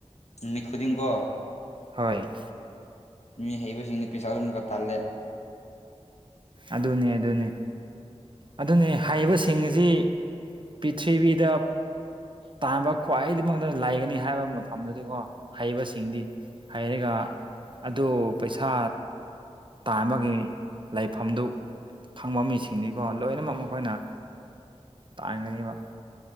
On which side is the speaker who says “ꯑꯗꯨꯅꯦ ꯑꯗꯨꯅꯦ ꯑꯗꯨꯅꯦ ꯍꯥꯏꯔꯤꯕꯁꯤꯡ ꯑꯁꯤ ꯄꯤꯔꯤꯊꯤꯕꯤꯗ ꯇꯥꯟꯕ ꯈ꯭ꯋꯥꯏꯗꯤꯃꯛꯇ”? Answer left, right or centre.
Right